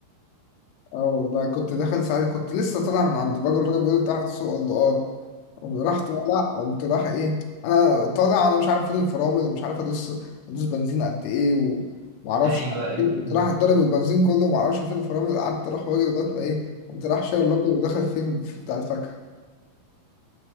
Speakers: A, on the left (about 85°); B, on the right (about 75°).
A: اه والله كنت داخل ساعات كنت لسه طالع من عند الراجل الراجل بيقول لي بتعرف تسوق قال له اه قمت راح طالع قمت راح ايه انا طالع وانا مش عارف فين الفرامل ومش عارف ادوس ادوس بنزين قد ايه ومعرفش
B: ايوه
A: قمت
B: ايوه ايوه
A: راح اتضرب البنزين كله ومعرفش فين الفرامل قعدت اروح واجي لغاية ما ايه قمت راح شاير الراجل وداخل فين في بتاع الفاكهة